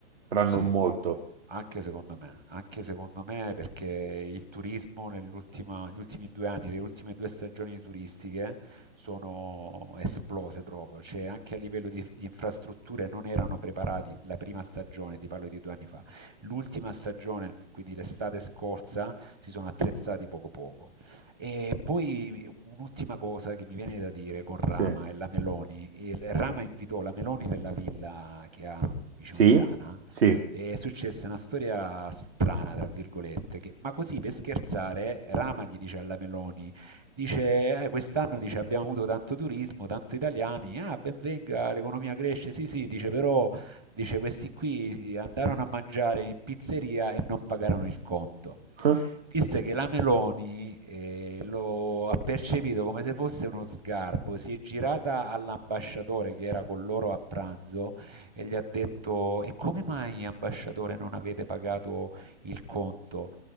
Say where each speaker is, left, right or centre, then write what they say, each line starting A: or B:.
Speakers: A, on the right (about 65°); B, on the right (about 15°).
A: tra non
B: Sì,
A: molto.
B: anche secondo me, anche secondo me perché il turismo nell'ultima- negli ultimi due anni, le ultime due stagioni turistiche sono esplose proprio, cioè anche a livello di, di infrastrutture non erano preparati la prima stagione, ti parlo di due anni fa, l'ultima stagione, quindi l'estate scorsa, si sono attrezzati poco poco. E poi un'ultima cosa che mi viene da dire con Rama
A: Sì,
B: e la Meloni. Il- Rama invitò la Meloni nella villa che ha vicino
A: sì,
B: Tirana
A: sì,
B: e successe una storia strana, tra virgolette, che- ma così per scherzare Rama gli dice alla Meloni, dice, "Eh, quest'anno dice, abbiamo avuto tanto turismo, tanto italiani, ah, ben venga, l'economia cresce, sì sì, dice, però dice, questi qui andarono a mangiare in pizzeria e non pagarono il conto.
A: Eh?
B: Disse che la Meloni eh, lo ha percepito come se fosse uno sgarbo, si è girata all'ambasciatore che era con loro a pranzo e gli ha detto: E come mai, ambasciatore, non avete pagato il conto?